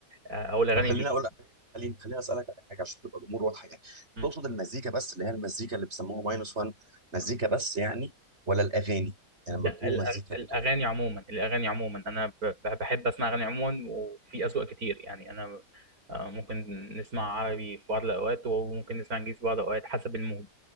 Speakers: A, on the right; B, on the right.
A: آه، او الاغاني
B: طب خليني
A: دي
B: اقول لك، خليني خليني اسالك على حاجة عشان تبقى الامور واضحة يعني
A: مم.
B: تقصد المزيكا بس اللي هي المزيكا اللي بيسموها ماينس 1 مزيكا بس يعني ولا الاغاني يعني لما
A: لا
B: بتقول
A: الأ-
B: مزيكا
A: الاغاني
B: دي تقصد
A: عموما الاغاني عموما انا ب- ب- بحب اسمع اغاني عموما وفي اذواق كتير يعني انا آه، ممكن نسمع عربي في بعض الاوقات وممكن نسمع انجليزي في بعض الاوقات حسب المود